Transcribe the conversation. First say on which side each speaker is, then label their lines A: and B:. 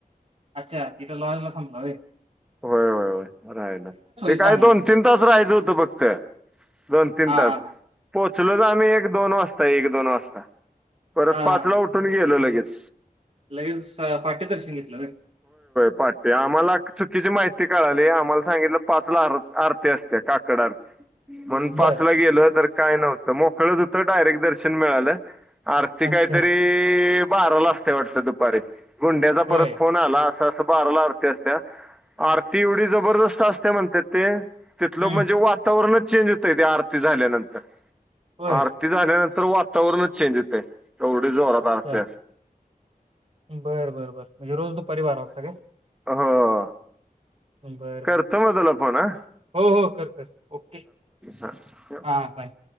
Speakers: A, on the right; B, in the centre.
A: अच्छा इथं लॉज ला थांबला व्हय...
B: होय हो... राहिला ते काय
A: चांगली
B: दोन
A: तिथं
B: तीन तास राहायचं होतं फक्त दोन तीन
A: हा
B: तास
A: हा हा
B: पोच... पोचलो तर आम्ही एक दोन वाजता एक दोन वाजता परत
A: हा
B: पाचला
A: हा हा.
B: उठून गेलो लगेच...
A: लगेच स- पाटी दर्शन घेतलं वे
B: वाटते आम्हाला चुकीची माहिती कळाली आम्हाला... सांगितल पा आरती असत काकड आरण पाच
A: बर
B: गेल.. काय नव्हत मोकळच होतं डायरेक्ट दर्शन मिळालं आरती
A: अच्छा
B: काहीतरी बाराला असते वाटत दुपारी गुंड्याचा परत
A: होय
B: फोन आला अस बाराला आरती असत्या आरती एवढी जबरदस्त असत्या म्हणतात ते तिथलं
A: हम्म
B: म्हणजे वातावरणच चेंज होतय ते आरती झाल्यानंतर,
A: होय
B: आरती झाल्यानं तर वातावरणच चेंज होतय एवढे जोरात
A: अच्छा
B: आरतीअस
A: बर बर बर म्हणजे रोज तो परिवार असत काय?
B: हो
A: बरं
B: करतो
A: बरं बरं
B: म तुला फोन ह.
A: हो हो करकर ओके
B: हां ठेव
A: हा बाय.